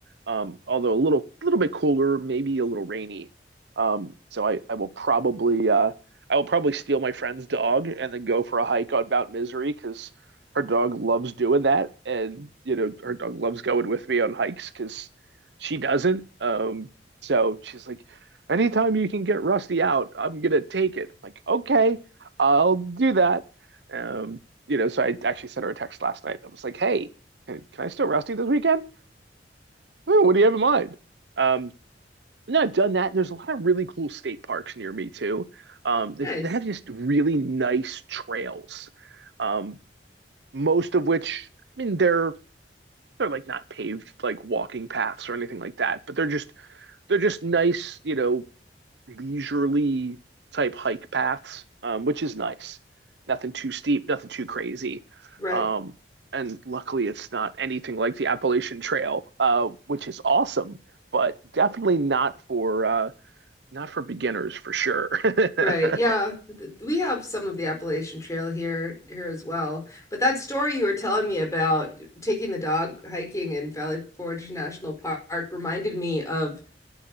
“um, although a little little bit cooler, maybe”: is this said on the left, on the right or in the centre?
Right